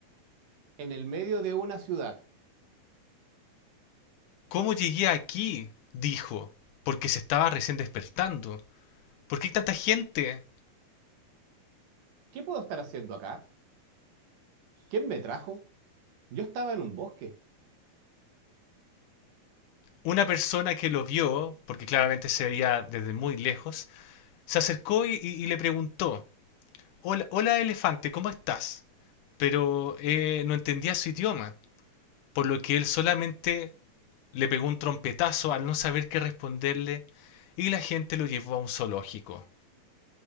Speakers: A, on the right; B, on the left.
A: En el medio de una ciudad.
B: ¿Cómo llegué aquí? dijo, porque se estaba recién despertando. ¿Por qué hay tanta gente?
A: ¿Qué puedo estar haciendo acá? ¿Quién me trajo? Yo estaba en un bosque.
B: Una persona que lo vio, porque claramente se veía desde muy lejos, se acercó y, y- y le preguntó, hola, hola elefante, ¿cómo estás? Pero eh, no entendía su idioma, por lo que él solamente le pegó un trompetazo al no saber qué responderle y la gente lo llevó a un zoológico.